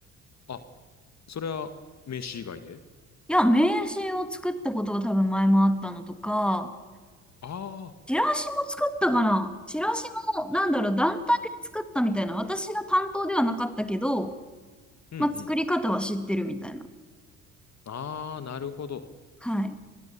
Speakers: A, on the left; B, in the centre.
A: あ、それは名刺以外で
B: いや、名刺を作ったことが多分前もあったのとか、
A: ああー、
B: チラシも作ったかな。チラシも、なんだろう、団体で作ったみたいな。私が担当ではなかったけど、
A: うんうん。
B: まあ、作り方は知ってるみたいな。
A: ああ、なるほど。
B: はい。